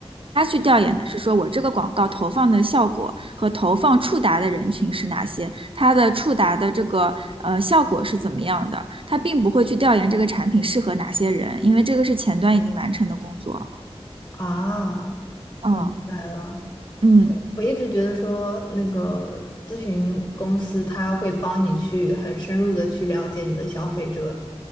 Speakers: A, on the right; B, on the left.
A: 他去调研的是说我这个广告投放的效果和投放触达的人群是哪些，它的触达的这个呃效果是怎么样的，他并不会去调研这个产品适合哪些人，因为这个是前端已经完成的工作。
B: 啊，
A: 嗯
B: 我明白了。
A: 嗯
B: 我一直觉得说，那个咨询公司他会帮你去很深入的去了解你的消费者，